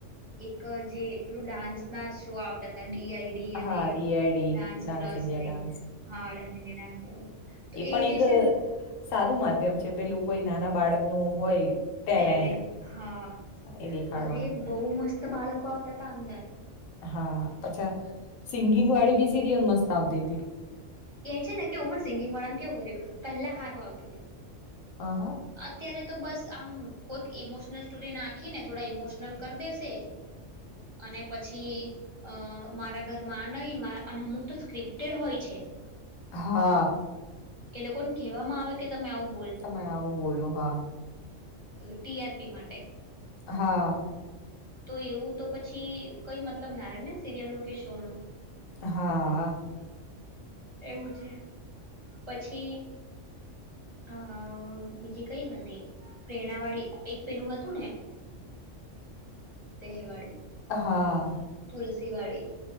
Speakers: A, on the right; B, on the left.
A: એક જે પેલું ડાન્સ ના શો આવતા હતા. ડીઆઈડી અને
B: હા ડીઆઈડી
A: ડાન્સ પ્લસ
B: India
A: હા
B: dance
A: dance dance India dance તો એ
B: પણ
A: જે
B: એક
A: છે ને
B: સારું માધ્યમ છે પેલું કોઈ નાના બાળકનું હોય. ટેલેન્ટ
A: ટેલે હા
B: એ દેખાડવાનું
A: અરે બો મસ્ત બાળકો આવતા હતા અંદર
B: હા અચ્છા સિંગિંગ વાળી ભી સિરિયલ મસ્ત આવતી હતી
A: એ છે ને કે ઓવર સિંગિંગ વાળા કેવું કર્યું પહેલા હારું આવતું હતું
B: અ હા
A: અત્યારે તો બસ આમ કોઈક ઈમોશનલ સ્ટોરી નાખીને થોડા ઈમોશનલ કરી દેશે અને પછી મારા ઘરમાં આ નઈ અને અમુક તો સ્ક્રિપ્ટેડ હોય છે
B: હા
A: એ લોકોને કેવામાં આવે કે તમે આવું
B: તમે આવું બોલો હા
A: ટી આર પી માટે
B: હા
A: તો એવું તો પછી કઈ મતલબ ના રે ને સિરિયલ નો કે શો નો
B: હા
A: એવું છે પછી અ બીજી કઈ હતી પ્રેરણા વાળી એક પેલું હતું ને <unintelligible> વાળી
B: હા
A: તુલસીવાડી